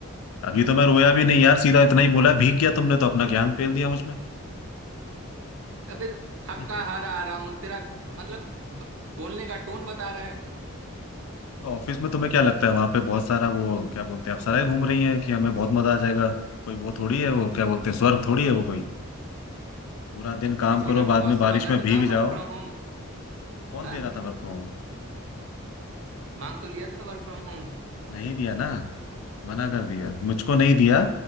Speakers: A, on the left; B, on the right.
A: अभी तो मैं रोया भी नहीं यार सीधा इतना ही बोला भीग गया तुमने तो अपना ज्ञान फेल दिया मुझ में
B: अबे थका
A: <laughs>
B: हारा आ रहा हूँ तेरा मतलब ब- बोलने का टोन बता रहा है
A: तो ऑफिस में तुम्हें क्या लगता है वहां पे बहुत सारा वो क्या बोलते हैं आप सराय घूम रही हैं कि हमें बहुत मजा आ जाएगा कोई वो थोड़ी है वो क्या बोलते हैं स्वर्ग थोड़ी है वो कोई पूरा दिन काम
B: पिछली
A: करो
B: बार
A: बाद
B: तू बॉस
A: में बारिश
B: से मांगा
A: में
B: तो
A: भीग
B: था वर्क
A: जाओ
B: फ्रॉम होम
A: कौन
B: हाँ
A: दे रहा था सबको
B: मांग तो लिया था वर्क फ्रॉम होम
A: नहीं दिया ना मना कर दिया मुझको नहीं दिया